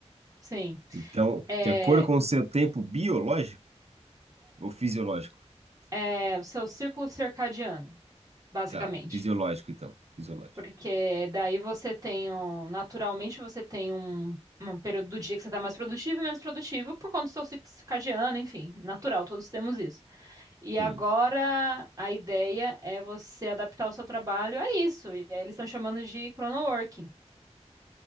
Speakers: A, on the right; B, on the right.
A: Sim.
B: Então,
A: É,
B: de acordo com o seu tempo biológico ou fisiológico?
A: é, o seu círculo circadiano, basicamente.
B: Tá, fisiológico, então. Fisiológico.
A: Porque daí você tem, um- naturalmente, você tem um, um período do dia que você está mais produtivo e menos produtivo por conta do seu ciclo circadiano, enfim, natural, todos temos isso. E agora
B: Sim.
A: a ideia é você adaptar o seu trabalho a isso, e aí eles estão chamando de chronoworking.